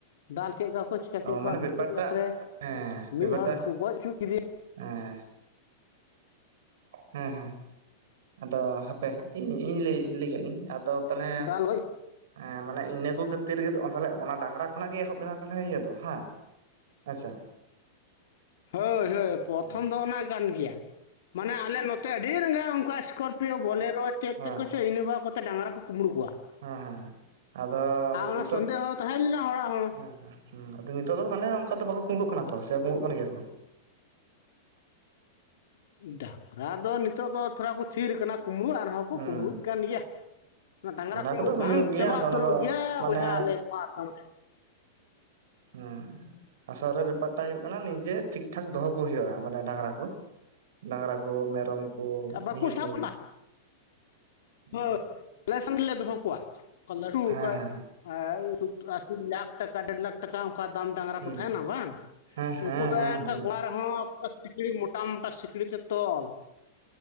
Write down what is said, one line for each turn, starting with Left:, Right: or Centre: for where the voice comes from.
Left: ᱫᱟᱞ ᱠᱮᱫ ᱠᱚᱣᱟ ᱠᱚ ᱪᱤᱠᱟᱹ
Right: ᱚ
Left: ᱠᱮᱫ
Right: ᱢᱟᱱᱮ
Left: ᱠᱚᱣᱟ ᱠᱚ
Right: ᱵᱮᱯᱟᱨᱴᱟᱜ
Left: ᱞᱟᱥ ᱨᱮ
Right: ᱦᱮᱸ ᱵᱮᱯᱟᱨᱴᱟ
Left: ᱢᱤᱫ ᱦᱚᱲ ᱫᱚ ᱠᱚ ᱜᱚᱡ ᱦᱚᱪᱚ ᱠᱮᱫᱮ ᱭᱟ ᱾
Right: ᱦᱮᱸ ᱦᱮᱸ ᱦᱮᱸ ᱟᱫᱚ ᱦᱟᱯᱮ ᱤᱧ ᱤᱧ ᱞᱟᱹᱭ ᱞᱟᱹᱭ ᱤᱧ ᱟᱫᱚ ᱛᱟᱦᱚᱞᱮᱻᱻᱻ
Left: ᱫᱟᱞ ᱜᱚᱡ
Right: ᱦᱮᱸ ᱢᱟᱱᱮ ᱤᱱᱟᱹ ᱠᱚ ᱠᱷᱟᱹᱛᱤᱨ ᱜᱮ ᱛᱚ ᱛᱟᱦᱮ ᱞᱮ ᱚᱱᱟ ᱰᱟᱝᱜᱨᱟ ᱠᱷᱚᱱᱟᱜ ᱜᱮ ᱮᱦᱚᱵ ᱮᱱᱟ ᱛᱟᱦᱞᱮ ᱤᱭᱟᱹ ᱫᱚ ᱦᱟᱸ ᱾ ᱟᱪᱪᱷᱟ ᱾
Left: ᱦᱳᱭ ᱦᱳᱭ ᱯᱨᱚᱛᱷᱚᱢ
Right: ᱦᱮᱸ
Left: ᱫᱚ ᱚᱱᱟ ᱠᱟᱱ ᱜᱮᱭᱟ ᱢᱟᱱᱮ ᱟᱞᱮ ᱱᱚᱛᱮ ᱟᱹᱰᱤ ᱨᱟᱸᱜᱟᱣ ᱚᱱᱠᱟ ᱮᱥᱠᱚᱨ ᱯᱤᱭᱚ ᱵᱚᱞᱮᱨᱚ ᱪᱮᱫ
Right: ᱦᱮᱸ
Left: ᱛᱮᱫ ᱠᱚ ᱪᱚ ᱤᱱᱟᱹ ᱵᱷᱟ ᱠᱟᱛᱮ ᱰᱟᱝᱜᱨᱟ ᱠᱚ ᱠᱩᱢᱵᱽᱲᱩ ᱠᱚᱣᱟ᱾
Right: ᱦᱮᱸ ᱦᱮᱸ ᱟᱫᱚ
Left: ᱟᱨ ᱚᱱᱟ
Right: ᱱᱤᱛᱳᱜ
Left: ᱥᱚᱱᱫᱮᱦᱚ ᱛᱟᱦᱮᱸ ᱞᱮᱱᱟ ᱦᱚᱲᱟᱜ ᱦᱚᱸ
Right: ᱦᱮᱸ ᱦᱩᱸ ᱟᱫᱚ ᱱᱤᱛᱚᱜ ᱫᱚ ᱦᱮ ᱚᱱᱠᱟ ᱫᱚ ᱵᱟᱠᱚ ᱠᱩᱸᱵᱽᱲᱩᱜ ᱠᱟᱱᱟ ᱛᱚ ᱥᱮ ᱠᱩᱸᱵᱲᱩᱜ ᱠᱟᱱ ᱜᱮᱭᱟ ᱠᱚ᱾
Left: ᱰᱟᱝᱜᱨᱟ ᱫᱚ ᱱᱤᱛᱚᱜ ᱫᱚ ᱛᱷᱚᱲᱟ ᱠᱚ ᱪᱷᱤᱨ ᱟᱠᱟᱱᱟ ᱠᱩᱢᱵᱽᱲᱩ ᱟᱨ ᱦᱚᱸ ᱠᱚ
Right: ᱦᱩᱸ
Left: ᱠᱩᱳᱢᱵᱽᱲᱩᱜ ᱠᱟᱱ ᱜᱮᱭᱟ᱾ ᱚᱱᱟ ᱰᱟᱝᱨᱟ ᱠᱩᱢᱵᱲᱩ
Right: ᱠᱚᱫᱚ ᱦᱩᱭᱩᱜ
Left: ᱵᱟᱝ
Right: ᱜᱮᱭᱟ
Left: ᱪᱟᱵᱟ
Right: ᱟᱫᱚ
Left: ᱩᱛᱟᱹᱨᱚᱜ
Right: ᱚᱱᱟ ᱫᱚ
Left: ᱜᱮᱭᱟ᱾
Right: ᱢᱟᱱᱮ
Left: ᱵᱚᱭᱦᱟ ᱟᱞᱮ ᱱᱚᱣᱟ ᱟᱥᱟᱢ ᱨᱮ᱾
Right: ᱦᱮᱸ ᱟᱥᱚᱞ ᱨᱮ ᱵᱮᱯᱟᱨ ᱴᱟᱜ ᱦᱩᱭᱩᱜ ᱠᱟᱱᱟ᱾ ᱱᱤᱡᱮ ᱴᱷᱤᱠ ᱴᱷᱟᱠ ᱫᱚ ᱦᱚᱸ ᱠᱚ ᱦᱩᱭᱩᱜᱼᱟ᱾ ᱢᱟᱱᱮ ᱰᱟᱝᱜᱨᱟ ᱠᱚ᱾ ᱰᱟᱝᱜᱨᱟ ᱠᱚ ᱢᱮᱨᱚᱢ ᱠᱚ
Left: ᱵᱟᱠᱚ
Right: ᱢᱤᱦᱩᱹ
Left: ᱥᱟᱵ
Right: ᱠᱚ᱾
Left: ᱞᱮᱱᱟ
Right: ᱦᱩᱸ
Left: ᱦᱳᱭ ᱟᱞᱮ ᱥᱟᱱ ᱨᱮ ᱞᱮ ᱫᱚ ᱦᱚ ᱠᱚᱣᱟ ᱞᱟᱹᱴᱷᱩ
Right: ᱦᱮᱸ
Left: ᱚᱠᱚᱭ
Right: ᱦᱮᱸ
Left: ᱟᱨ ᱟᱥᱤ ᱞᱟᱠᱷ ᱴᱟᱠᱟ ᱰᱮᱨ ᱞᱟᱠᱷ ᱴᱟᱠᱟ ᱚᱱᱠᱟ ᱫᱟᱢ ᱰᱟᱝᱨᱟ
Right: ᱦᱩᱸ
Left: ᱠᱚ ᱛᱟᱦᱮᱱᱟ ᱵᱟᱝ
Right: ᱦᱮᱸ ᱦᱮᱸ
Left: ᱩᱱᱠᱩ ᱫᱚ
Right: ᱦᱮᱸ
Left: ᱮᱠ
Right: ᱦᱮᱸ
Left: ᱜᱚᱲᱟ ᱦᱚᱸ ᱥᱤᱠᱲᱤ ᱢᱚᱴᱟ ᱢᱚᱴᱟ ᱥᱤᱠᱲᱤ ᱛᱮ ᱛᱚᱞ